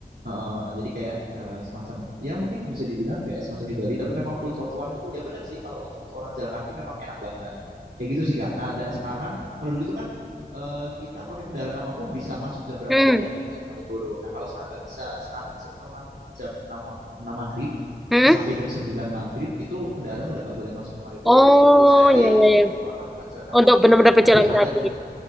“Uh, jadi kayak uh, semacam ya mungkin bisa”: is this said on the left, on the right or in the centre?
Right